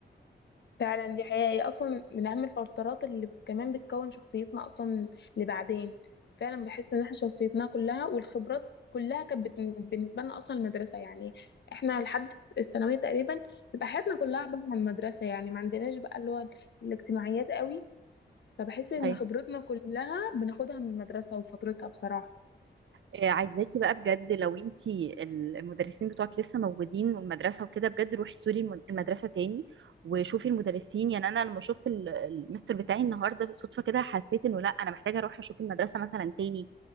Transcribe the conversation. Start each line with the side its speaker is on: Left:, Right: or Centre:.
Left: فعلا دي حقيقة هي أصلا من أهم الفترات اللي كمان بتكون شخصيتنا أصلا لبعدين فعلا بحس إن احنا شخصيتنا كلها والخبرات كلها كانت بت- بالنسبة لنا أصلا المدرسة يعني احنا لحد الثانوية تقريبا بتبقى حياتنا كلها عبارة عن المدرسة يعني ما عندناش بقى اللي هو الاجتماعيات قوي فبحس إن
Right: هاي
Left: خبرتنا كلها بناخدها من المدرسة وفترتها بصراحة
Right: آه، عايزاكي بقى بجد لو انتي المدرسين بتوعك لسه موجودين والمدرسة وكده بجد روحي زوري الم- المدرسة تاني وشوفي المدرسين يعني انا لما شفت ال- المستر بتاعي النهارده صدفة كده حسيت انه لا انا محتاجة اروح اشوف المدرسة مثلا تاني